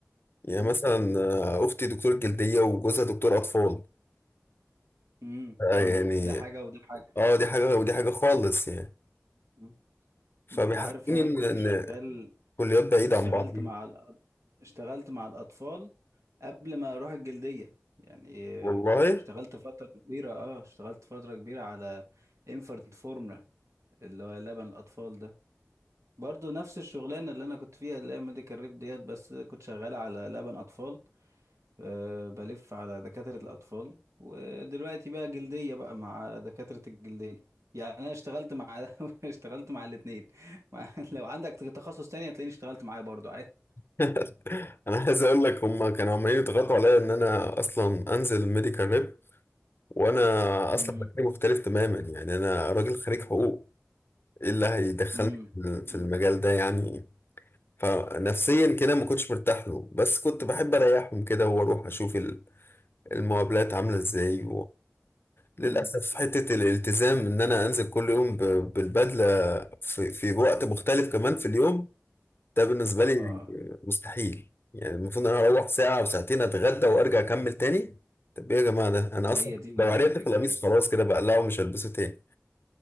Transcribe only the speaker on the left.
يعني
مثلا
آه، اختي دكتور جلدية وجوزها دكتور اطفال
آه،
يعني
اه دي حاجة ودي حاجة خالص
يعني
فبيحسسوني
ان
إن
كليات بعيدة
عن بعض
والله
<laughs> انا عايز اقول لك هم كانوا عمالين يضغطوا عليا ان انا اصلا انزل ميديكال ريب وانا
اصلا مجالي مختلف تماما يعني انا راجل خريج حقوق ايه اللي هيدخلني
في
المجال ده يعني فنفسيا كده ما كنتش مرتاح له بس كنت بحب اريحهم كده واروح اشوف ال- المقابلات عامله ازاي للأسف
حتة الالتزام إن أنا أنزل كل يوم ب- بالبدلة في, في وقت مختلف كمان في اليوم ده بالنسبة
لي مستحيل يعني المفروض إن أنا أروح ساعة وساعتين أتغدى وأرجع أكمل تاني طب إيه يا جماعة ده أنا
أصلا
لو عرقت في القميص خلاص كده بقلعه ومش هلبسه تاني